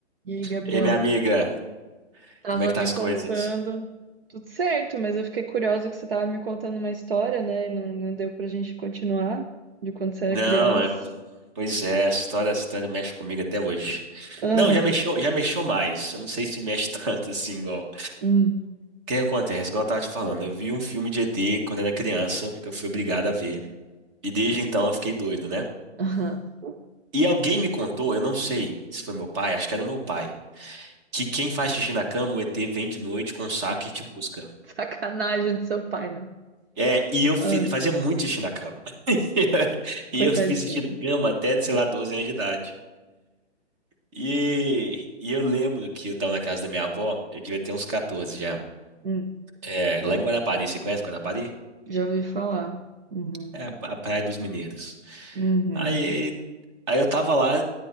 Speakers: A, on the right (about 50°); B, on the right (about 25°).
A: E aí, Gabriel?
B: E aí, minha amiga,
A: Tava
B: como é que tá
A: me
B: as
A: contando.
B: coisas?
A: Tudo certo, mas eu fiquei curiosa que você tava me contando uma história, né? E não, não deu pra gente continuar de quando você era
B: Não,
A: criança.
B: é, pois é, essa história, essa história mexe comigo até hoje.
A: Ah,
B: Não, já mexeu, já mexeu mais. Eu não sei se mexe <laughs> tanto assim, igual.
A: hum,
B: O que acontece? Igual eu tava te falando, eu vi um filme de ET quando era criança, que eu fui obrigado a ver. E desde então eu fiquei doido, né?
A: ah, <laughs>
B: E alguém me contou, eu não sei se foi meu pai, acho que era meu pai, que quem faz xixi na cama, o ET vem de noite com um saco e te busca.
A: sacanagem do seu pai, né?
B: É, e eu fi-
A: Ah,
B: fazia muito xixi na cama. <laughs> E
A: coitadinho.
B: eu fiz xixi na cama até, sei lá, 12 anos de idade. E, e eu lembro que eu tava na casa da minha avó, eu devia ter uns 14 já.
A: Hum,
B: É, lá em Guarapari, você conhece Guarapari?
A: já ouvi falar. Uhum.
B: É a, a Praia dos Mineiros.
A: Uhum.
B: Aí, aí eu tava lá,